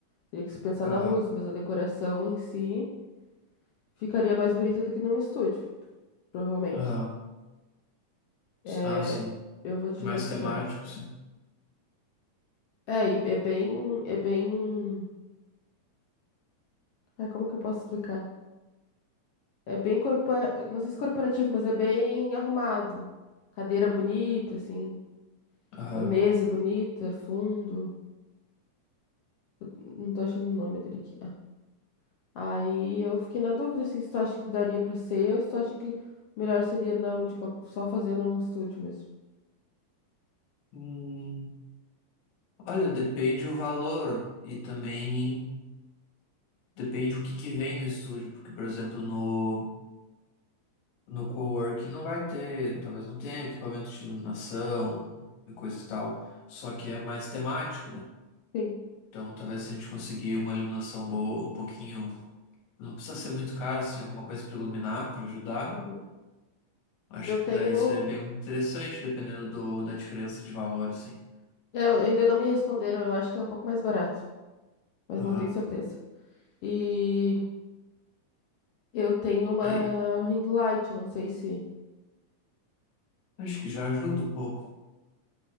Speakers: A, on the left (about 85°); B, on the left (about 70°).
A: Teria que se pensar
B: Aham.
A: na luz, mas a decoração em si ficaria mais bonita do que num estúdio, provavelmente.
B: Aham.
A: É,
B: Ah, sim.
A: eu vou te
B: Mais
A: mostrar.
B: temático, sim.
A: É, e é bem, é bem, ah, como que eu posso explicar? É bem corpora... não sei se corporativo, mas é bem arrumado. Cadeira bonita, assim,
B: Aham.
A: a mesa bonita, fundo. Eu não tô achando o nome dele aqui. Ah. Aí eu fiquei na dúvida, assim, se tu acha que daria pra ser ou se tu acha que melhor seria não, de qual- só fazer num estúdio mesmo.
B: Hum, olha, depende o valor e também depende o que que vem no estúdio, porque, por exemplo, no, no coworking não vai ter, talvez não tenha equipamento de iluminação e coisa e tal, só que é mais temático, né?
A: Sim.
B: Então, talvez se a gente conseguir uma iluminação boa, um pouquinho. Não precisa ser muito caro, assim, alguma coisa para iluminar, para ajudar.
A: Uhum.
B: Acho
A: Eu tenho.
B: que daí seria bem interessante, dependendo do, da diferença de valor, assim.
A: Eu ainda não me responderam, eu acho que é um pouco mais barato, mas
B: Aham.
A: não tenho certeza. E eu tenho uma
B: Aí,
A: ring light, não sei se.
B: acho que já ajuda um pouco.